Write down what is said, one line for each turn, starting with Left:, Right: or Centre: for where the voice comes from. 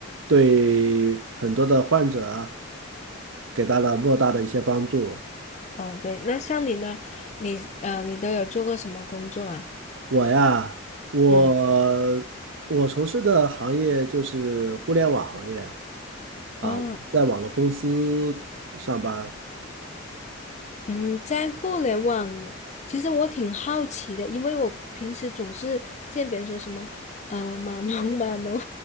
Right: 对很多的患者啊给到了莫大的一些帮助。
Left: 哦，对，那像你呢？你呃，你都有做过什么工作啊？
Right: 我呀，我我从事的行业就是互联网行业
Left: 嗯。
Right: 啊，
Left: 哦，
Right: 我在网络公司上班，
Left: 嗯，在互联网，其实我挺好奇的，因为我平时总是见别人说什么，呃，码农码农，